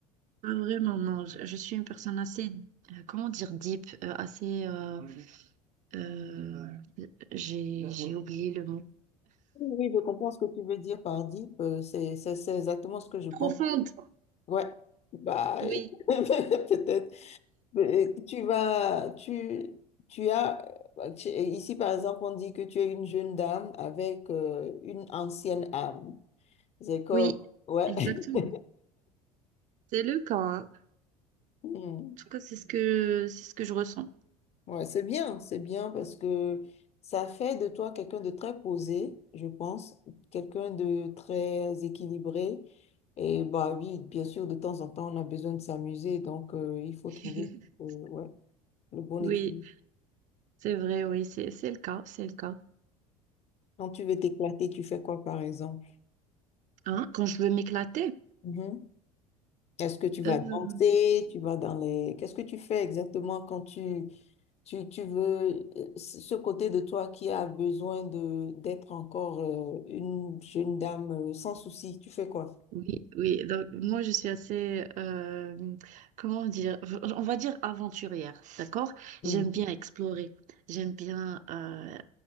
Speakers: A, on the right; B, on the left.
A: Pas vraiment, non. Je, je suis une personne assez, euh, comment dire, deep, euh, assez... euh, euh, j'ai j'ai oublié le mot.
B: Oui, oui, je comprends ce que tu veux dire par deep. Euh, C'est, c'est, c'est exactement ce que je pense.
A: Profonde.
B: Ouais, bah,
A: Oui,
B: <laughs> peut-être. Mais Tu vas, tu, tu as, euh, tu- ici, par exemple, on dit que tu es une jeune dame avec euh, une ancienne âme. C'est comme,
A: oui,
B: ouais.
A: exactement.
B: <laughs>
A: C'est le cas. hein. En
B: Hmm.
A: tout cas, c'est ce que c'est ce que je ressens.
B: Ouais, c'est bien, c'est bien parce que ça fait de toi quelqu'un de très posé, je pense, quelqu'un de très équilibré. Et bah oui, bien sûr, de temps en temps, on a besoin de s'amuser, donc euh, il faut
A: <laughs>
B: trouver euh, ouais, le bon
A: Oui,
B: équilibre.
A: c'est vrai, oui, c'est c'est le cas, c'est le cas.
B: Quand tu veux t'éclater, tu fais quoi, par exemple?
A: Hein, quand je veux m'éclater,
B: Mhm. Est-ce que tu vas
A: euh,
B: danser? Tu vas dans les... Qu'est-ce que tu fais exactement quand tu, Tu, tu veux euh, ce côté de toi qui a besoin de d'être encore euh, une jeune dame euh, sans souci, tu fais quoi?
A: Oui, oui. Donc moi je suis assez, euh, comment dire, on va dire aventurière, d'accord?
B: Mm.
A: J'aime bien explorer, j'aime bien euh,